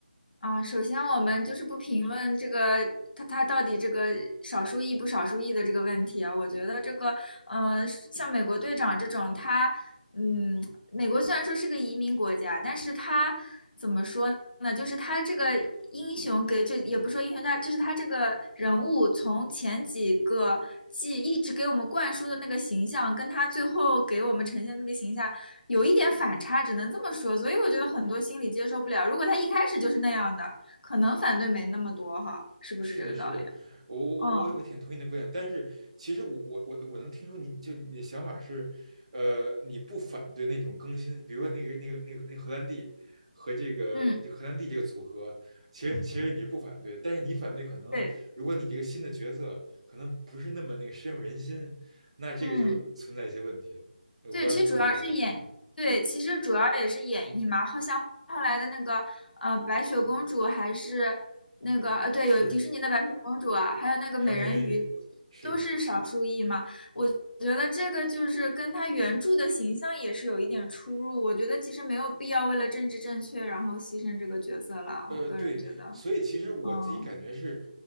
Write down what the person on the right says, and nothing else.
是的，是的，我我我我挺同意你的观点，
但是其实我我我我能听出你就你的想法是，呃，你不反对那种更新，比如说那个那个那个那个荷兰弟和这个这荷兰弟这个组合，
其实其实你是不反对，但是你反对可能如果你这个新的角色可能不是那么那个深入人心，
那这个就存在一些问题了，
我不知道这么理解对不对？
是，
还有美人鱼，是。
呃，
对，所以其实我自己感觉是